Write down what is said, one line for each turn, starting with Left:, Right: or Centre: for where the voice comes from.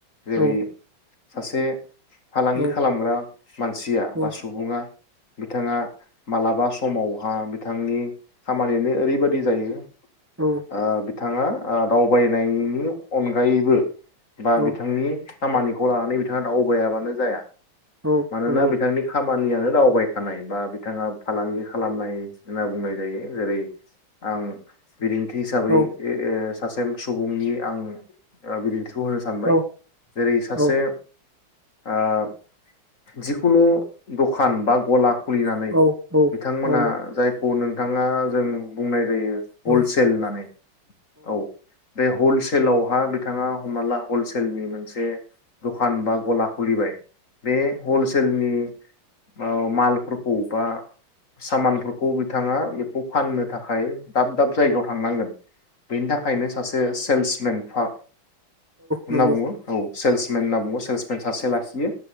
Left: जेरै
Right: औ
Left: सासे फालांगि
Right: औ
Left: खालामग्रा मानसिया
Right: औ
Left: बा सुबुङा बिथाङा मालाबा समावहा बिथांनि खामानियानो ओरैबायदि जायो
Right: औ औ
Left: बिथाङा दावबायनायनि अनगायैबो बा
Right: औ
Left: बिथांनि खामानिखौ लानानै बिथाङा दावबायाबानो जाया।
Right: औ
Left: मानोना
Right: नंगौ
Left: बिथांनि खाम मानियानो दावबायखानाय बा बिथाङा फालांगि खालामनाय होनना बुंनाय जायो जेरै आं बिदिन्थि हिसाबै
Right: औ
Left: ए ओ सासे सुबुंनि आं ओ बिदिन्थि खौ होनो सानबाय
Right: औ
Left: जेरै सासे
Right: औ औ
Left: आम जिखुनु दखान ब गला खुलिनानै
Right: औ
Left: बिथांमोना
Right: नंगौ औ
Left: जायखौ नों थाङा जों बुंनाय जायो हलसेल
Right: औ
Left: होननानै औ बे हलसेलावहा बिथाङा हमनाला हलसेलनि मोनसे दखान बा गला खुलिबाय हलसेलनि ओ मालफोरखौ बा सामानफोरखौ बिथाङा बेखौ फाननो थाखाय दाब दाब जायगायाव थांनांगोन। बेनि थाखायनो सासे सेल्समेन फा होनना
Right: नंगौ औ
Left: बुङो औ सेल्समेन होनना बुङो सेल्समेन सासे लाखियो।